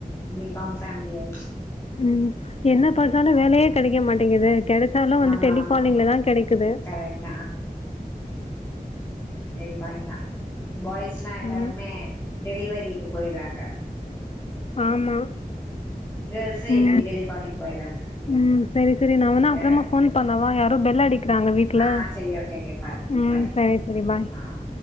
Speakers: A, on the left; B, on the left.
A: பி காம் ஃபேமிலி ஆயிட்ச்சு
B: ம் என்ன பாத்தாலு வேலையே கெடைக்க மாட்டேங்கிதே கெடச்சாலு வந்து
A: ஆமா
B: டெலிகாலிங்லதா
A: ஆமா
B: கெடைக்குது
A: கரெக்ட் டெலி காலிங்தா பாய்ஸ்லா எல்லாருமே
B: ஆமா
A: டெலிவரிக்கு போய்றாங்க
B: ஆமா
A: கேர்ள்ஸு
B: ம்
A: இப்டி டெலிகாலிங் போயிட்றாங்க
B: ம் சரி சரி நா
A: அது
B: வேணா அப்றமா ஃபோன் பண்ணவா யாரோ பெல் அடிக் கிறாங்க வீட்ல
A: ஆ சரி ஓகே ஓகே பாரு
B: ம்
A: பாய்
B: சேரி சேரி பாய்
A: ஆ ஓகே